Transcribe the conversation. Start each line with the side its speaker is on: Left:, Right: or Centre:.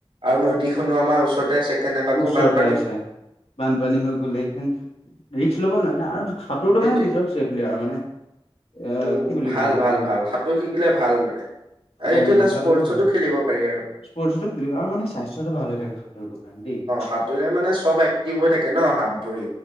Right: আৰু নদীখনো আমাৰ ওচৰতে ‌
Left: ওচৰতে
Right: <unintelligible> বান্ধ
Left: আছে বানপানী হৈ গলে সেই ৰিস্ক লব নোৱাৰে ন' আৰু সাঁতোৰটো
Right: সেইটোৱে
Left: মানে নিজৰ ছেফলি আৰু মানে এ
Right: উম,
Left: কি বুলি
Right: ভাল
Left: ক'ম এতিয়া
Right: ভাল ভাল সাঁতোৰ শিকিলে ভাল মানে। আৰু
Left: উম
Right: এইটো এটা
Left: সাঁতোৰটো
Right: স্পৰ্টছতো খেলিব পাৰি আৰু।
Left: স্পৰ্টছতো খেলিব আৰু মানে স্বাস্থ্যটো ভাল হৈ থাকে সাতুৰটো কাৰণ দেই।
Right: সাতোঁৰিলে মানে চব এক্টিভ হৈ থাকে ন' হাত-ভৰি